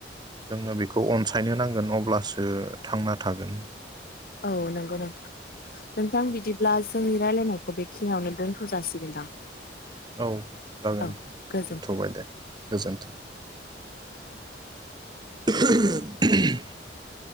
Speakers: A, on the right; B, on the left.
A: जोङो बेखौ अनसायनो नां गोन अब्लासो थांना थागोन।
B: औ नंगौ नोंथां। नोंथां बिदिब्ला जोंनि रायलायनायखौ बेखिनियावनो दोनथ' जासिगोनदां।
A: औ जागोन
B: औ गोजोन
A: दोनथ'बाय दे गोजोनथों। <inaudible>